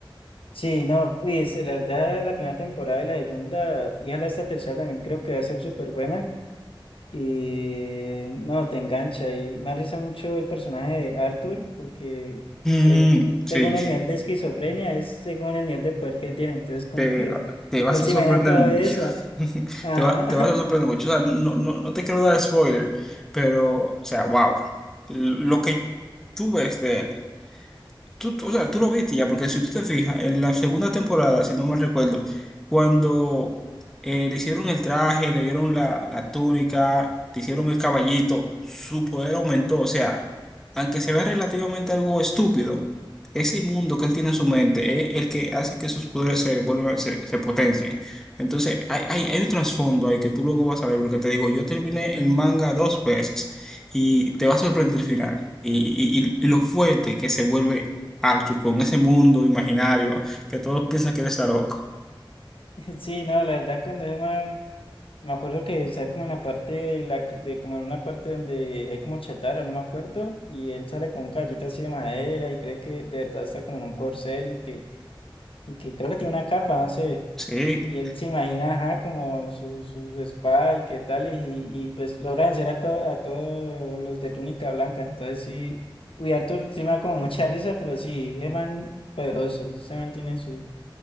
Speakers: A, on the left; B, in the centre.
A: Sí, no, uy, es- la verdad, la primera temporada y la segunda, y ojalá esta tercera también creo que va a ser súper buena. Y no, te engancha. Y me arriesga mucho el personaje de Arthur, porque
B: Mm,
A: él, según
B: sí,
A: el nivel de esquizofrenia, es según el nivel de poder que tiene. Entonces, como
B: te,
A: que
B: te vas
A: él
B: a
A: se
B: sorprender
A: imagina todo
B: mucho.
A: eso.
B: <laughs>
A: Ajá.
B: Te va- te vas a sorprender mucho. O sea, no, no, no te quiero dar spoiler, pero, o sea, wow. Lo que tú ves de él. Tú, tú- o sea, tú lo viste ya, porque si tú te fijas, en la segunda temporada, si no me recuerdo, cuando eh, le hicieron el traje, le dieron la, la túnica, le hicieron el caballito, su poder aumentó. O sea, aunque se vea relativamente algo estúpido, ese mundo que él tiene en su mente es el que hace que sus poderes se, vuelvan- se, se potencien. Entonces, hay, hay, hay un trasfondo ahí que tú luego vas a ver, porque te digo, yo terminé el manga dos veces y te va a sorprender el final y, y- y- y lo fuerte que se vuelve Arthur con ese mundo imaginario que todos piensan que él está loco.
A: <laughs> Sí, no, la verdad, cuando yo me, me acuerdo que está como en la parte de, la, de como en una parte donde hay como chatarra, no me acuerdo, y él sale con un caballito así de madera y cree que de verdad está como en un corcel y que, y que creo que tiene una capa, no sé.
B: Sí.
A: Y él se imagina, ajá, como su, su, su espada y qué tal, y, y, y, pues logra vencer a, to- a todos los de túnica blanca. Entonces sí, uy, Arthur sí me da como <laughs> mucha risa, pero sí, es man poderoso, se mantiene su,